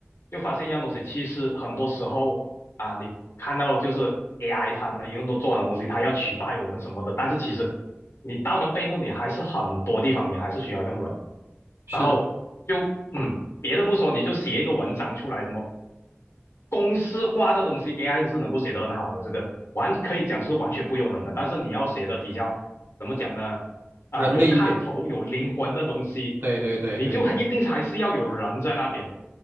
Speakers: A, on the left (about 75°); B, on the right (about 70°).
A: 就发现一样东西，其实很多时候。啊，你看到就是 AI 它能用都做很多东西，它要取代我们什么的，但是其实你到了背后，你还是很多地方你还是需要用人。
B: 是的，
A: 然后就嗯，别的不说，你就写一个文章出来什么公式化的东西，AI 是能够写得很好的，这个完可以讲是完全不用人的。但是你要写的比较怎么讲呢？啊、
B: 人类一点，
A: 呃有看头、有灵魂的东西，
B: 对对对对对。
A: 你就一定还是要有人在那边。